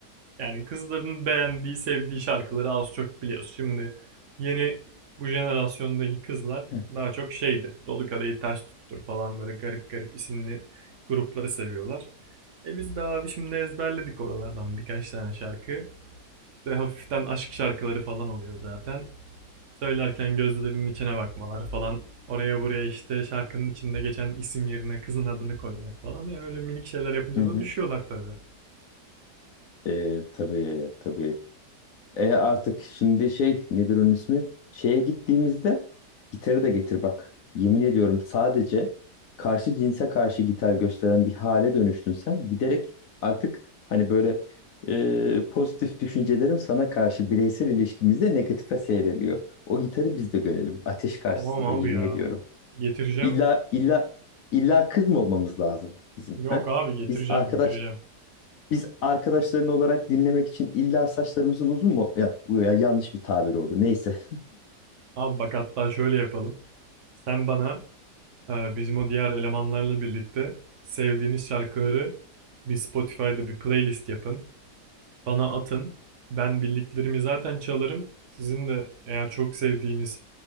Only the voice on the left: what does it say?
Hı.
Hı hı.
Ee, tabii tabii. E artık şimdi şey nedir onun ismi? Şeye gittiğimizde gitarı da getir bak. Yemin ediyorum sadece karşı cinse karşı gitar gösteren bir hale dönüştün sen. Giderek artık hani böyle e, pozitif düşüncelerim sana karşı bireysel ilişkimizde negatife seyreliyor. O gitarı biz de görelim ateş karşısında
yemin
ediyorum.
İlla illa illa kız mı olmamız lazım bizim
ha?
Biz arkadaş
biz arkadaşların olarak dinlemek için illa saçlarımızın uzun mu? Ya, bu ya yanlış bir tabir oldu. Neyse.